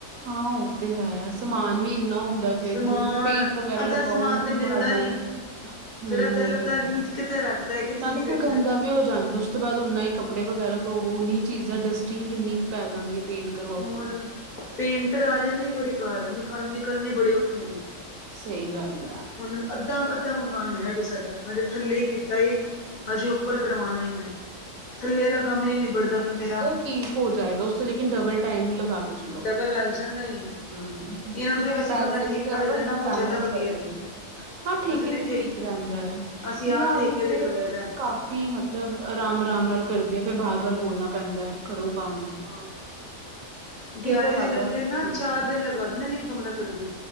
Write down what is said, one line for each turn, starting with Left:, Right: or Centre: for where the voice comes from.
Right: ਹਾਂ ਓਹ ਤੇ ਹੈ ਸਮਾਨ ਵੀ ਇੰਨਾ ਹੁੰਦਾ ਫੇਰ
Left: ਸਮਾਨ
Right: ਜਦੋਂ ਵੀ ਪੇਂਟ ਵਗੈਰਾ
Left: ਅੱਧਾ
Right: ਲਗਾਓ
Left: ਸਮਾਨ
Right: ਓਹਨੂੰ
Left: ਤੇ
Right: ਸੰਭਾਲੋ।
Left: ਮਿਲਦਾ ਨੀ
Right: ਹਮ
Left: ਫੇਰ ਅੱਧਾ
Right: ਉਹ
Left: ਲੱਭਦਾ
Right: ਤੇ ਹੈ
Left: ਨੀ ਕਿੱਥੇ ਰੱਖਤਾ ਕਿੱਥੇ
Right: ਨਾਲੇ
Left: ਨੀ ਰੱਖਿਆ
Right: ਫਿਰ ਗੰਦਾ ਵੀ ਵੀ ਹੋ ਜਾਂਦਾ। ਉਸ ਤੋਂ ਬਾਅਦ ਓਨਾ ਹੀ ਕੱਪੜੇ ਵਗੈਰਾ ਤੋਂਵੋ ਓਨੀ ਚੀਜਾ ਡਸਟਿੰਗ ਇੰਨੀ ਪੈ ਜਾਂਦੀ ਏ ਪੇਂਟ ਕਰਵਾਓ
Left: ਹੋਰ
Right: ਤੋ।
Left: ਪੇਂਟਰ ਆ ਜਾਂਦੇ, ਇੱਕ ਵਾਰੀ ਘਰ ਨਿਕਲ ਨਿਕਲਨੇ ਬੜੇ ਔਖੇ ਨੇ।
Right: ਸਹੀ ਗੱਲ ਆ।
Left: ਹੁਨ ਅੱਧਾ-ਅੱਧਾ ਮਕਾਨ ਹੋਇਆ ਹਜੇ ਸਾਡਾ ਹਜੇ ਥੱਲੇ ਕੀਤਾ ਏ। ਹਜੇ ਉੱਪਰ ਕਰਵਾਨਾ ਏ ਮੈਂ, ਥੱਲੇ ਵਾਲਾ ਕੰਮ ਹੀ ਨਹੀਂ ਨਿਬੜਦਾ ਪਿਆ ਮੇਰਾ।
Right: ਕੀ ਹੋ ਜਾਏਗਾ, ਉਸ ਤੋਂ ਲੇਕਿਨ ਡਬਲ ਟਾਈਮ ਹੀ ਲਗਾ ਕੇ ਚਲੋ
Left: ਡਬਲ ਲੱਗ ਜਾਂਦਾ ਏ
Right: ਹਮ।
Left: ਇਹਨਾਂ ਨੂੰ ਤੇ ਵੈਸੇ
Right: ਪੈਸੇ
Left: ਬੰਦਾ ਠੇਕਾ
Right: ਵੀ ਡਬਲ,
Left: ਦੇ ਦੇ ਨਾ ਉਹ
Right: ਟਾਈਮ
Left: ਜ਼ਿਆਦਾ
Right: ਵੀ
Left: ਵਧੀਆ।
Right: ਡਬਲ। ਹਾਂ ਠੇਕੇ
Left: ਅਸੀਂ
Right: ਤੇ
Left: ਠੇ
Right: ਠੀਕ। ਰਹਿੰਦਾ ਏ,
Left: ਅਸੀਂ
Right: ਦਿਹਾੜੀ
Left: ਆਪ ਠੇਕੇ
Right: ਤੇ
Left: ਕਰਵਾਇਆ ਦਾ
Right: ਕਾਫ਼ੀ ਮਤਲਬ ਮਤਲਬ ਆਰਾਮ-ਆਰਾਮ ਨਾਲ ਕਰਦੇ ਆ ਫੇਰ ਬਾਰ-ਬਾਰ ਬੋਲਨਾ ਪੈਂਦਾ ਏ। ਕਰੋ ਕੰਮ।
Left: ਹਾਂ, ਦਿਹਾੜੀ
Right: ਠੀਕ ਆ ਜ਼ਿਆਦਾ
Left: ਦੇ ਲੱਗਦੇ ਨਾ
Right: ਠੀਕ
Left: ਚਾਰ
Right: ਹੈ
Left: ਦਿਨ ਲਗ ਵੱਧ ਇੱਕ ਕਮਰਾ ਕਰਦੇ,